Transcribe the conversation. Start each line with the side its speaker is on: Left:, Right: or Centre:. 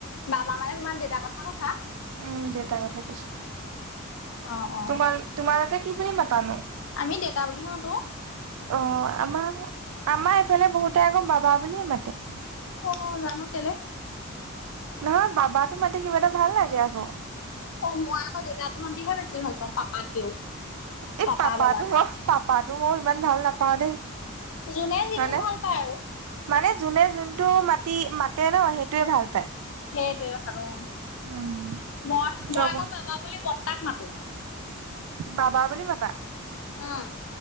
Left: বাবা মানে তোমাৰ দেউতাৰ কথা কৈছা?
Right: উম দেউতাৰ কথা কৈছো।
Left: অ', অ'।
Right: তোমাৰ তোমালোকে কি বুলি মাতানো?
Left: আমি দেউতা বুলিহে মাতো।
Right: অ আমাৰ আমাৰ এইফালে বহুতে আকৌ বাবা বুলিয়ে মাতে।
Left: অ জানো কেলে।
Right: নহয় বাবা টো মাতে কিবা এটা ভাল লাগে আকৌ।
Left: অ মই আকৌ দেউতা তো মাতিহে বেছি ভাল পাওঁ পাপাতকেও।
Right: এই
Left: পাপা
Right: পাপাতো
Left: বাবাত।
Right: মই পাপাতো মই ইমান ভাল নাপাওঁ দেই।
Left: যোনে যিটো
Right: হয়নে?
Left: ভাল পায় আৰু।
Right: মানে যোনে যোনটো মাতি মাতে ন সেইটোয়ে ভাল পায়।
Left: সেইটোৱে কথাতো অ,
Right: উম,
Left: মই
Right: চব
Left: মই আকৌ বাবা বুলি বৰ্তাক মাতো।
Right: বাবা বুলি মাতা?
Left: উম।